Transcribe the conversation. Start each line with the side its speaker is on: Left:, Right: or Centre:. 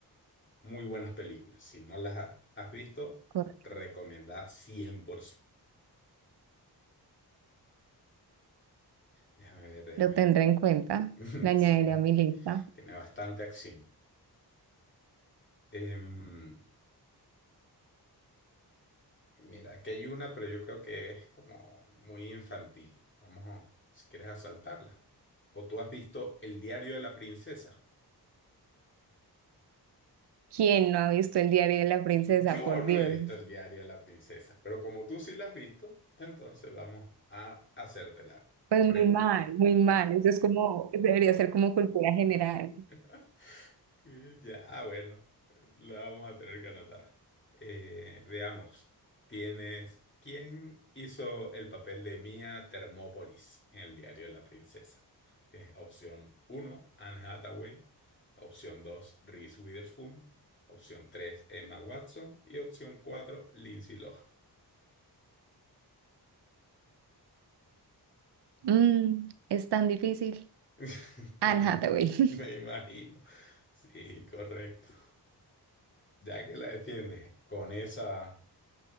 Left: Muy buenas películas. Si no las ha- has visto,
Right: Correcto.
Left: recomendada ciento. Déjame ver, déjame
Right: Lo
Left: ver.
Right: tendré en cuenta.
Left: <laughs>
Right: La añadiré
Left: Sí.
Right: a mi lista.
Left: Tiene bastante acción. Em, mira, aquí hay una, pero yo creo que es como muy infantil. Vamos, a- si quieres asaltarla. ¿O tú has visto El diario de la princesa?
Right: ¿Quién no ha visto el diario de la princesa?
Left: Yo
Right: Por
Left: no
Right: Dios.
Left: he visto El diario de la princesa, pero como tú sí la has visto, entonces vamos a hacerte la
Right: Pues
Left: pregunta.
Right: muy mal, muy mal. Eso es como, debería ser como cultura general.
Left: <laughs> Eh, Ya, ah, bueno, la vamos a tener que anotar. Eh, veamos, tienes, ¿quién hizo el papel de Mia Thermopolis en el diario de la princesa? Tienes opción uno, Anne Hathaway, opción 2, Reese Witherspoon, opción 3, Emma Watson y opción 4, Lindsay Lohan.
Right: Mm, es tan difícil.
Left: <laughs>
Right: Anne
Left: Me,
Right: Hathaway. <laughs>
Left: me imagino. Sí, correcto. Ya que la defiendes con esa...